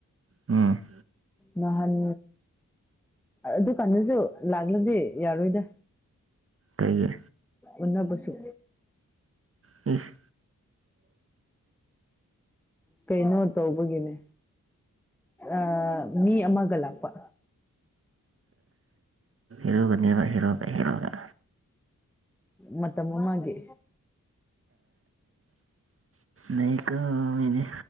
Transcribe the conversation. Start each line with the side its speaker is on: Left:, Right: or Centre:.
Right: ꯑꯝ
Centre: ꯅꯍꯥꯟ ꯑꯗꯨꯀꯥꯟꯗꯁꯨ ꯂꯥꯛꯂꯗꯤ ꯌꯥꯔꯣꯏꯗ
Right: ꯀꯩꯒꯤ
Centre: ꯎꯟꯅꯕꯁꯨ
Right: ꯏꯁ
Centre: ꯀꯩꯅꯣ ꯇꯧꯕꯒꯤꯅꯦ ꯑꯥ ꯃꯤ ꯑꯃꯒ ꯂꯥꯛꯄ
Right: ꯍꯦꯔꯣꯅꯦꯕ ꯍꯦꯔꯣꯒ ꯍꯦꯔꯣꯒ
Centre: ꯃꯇꯝ ꯑꯃꯒꯤ
Right: ꯂꯩꯀꯣ ꯃꯤꯗꯤ